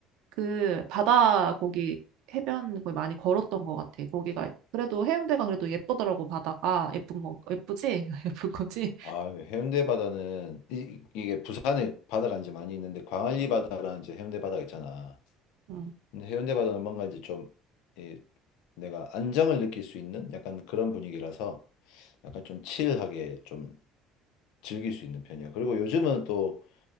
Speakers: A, on the right; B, on the left.
A: 그 바다 거기 해변 거기 많이 걸었던 것 같아. 거기가 그래도 해운대가 그래도 예쁘더라고 바다가 예쁜 거 예쁘지? <laughs> 예쁜 거지?
B: 아, 해운대 바다는 이, 게 부산에 바다가 이제 많이 있는데 광안리 바다랑 이제 해운대 바다가 있잖아.
A: 응.
B: 근데 해운대 바다는 뭔가 이제 좀 이, 내가 안정을 느낄 수 있는 약간 그런 분위기라서 약간 좀 칠하게 좀 즐길 수 있는 편이야. 그리고 요즘은 또